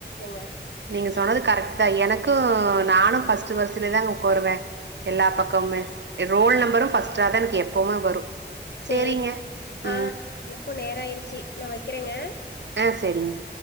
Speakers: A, on the left (about 65°); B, on the right (about 75°).
A: ஒன்னு
B: நீங்க சொன்னது கரெக்ட்தா எனக்கு நானு ஃபர்ஸ்ட்டு வரிசையிலே தா உக்காருவே எல்லா பக்கமுமே ரோல் நம்பரும் ஃபர்ஸ்ட்டாதா எனக்கு எப்பவுமே வரு
A: செரி
B: சேரிங்க
A: ஆ
B: ம்
A: எனக்கு நேர ஆயிருச்சு நா வக்கிறேங்க
B: ஆ செரிங்க